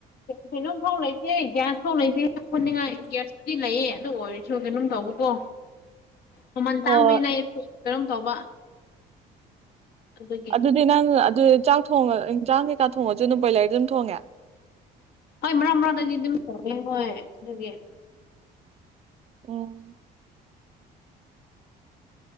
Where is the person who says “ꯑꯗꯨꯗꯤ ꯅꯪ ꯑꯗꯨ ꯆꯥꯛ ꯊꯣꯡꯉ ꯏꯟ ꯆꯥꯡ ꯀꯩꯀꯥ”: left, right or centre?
Right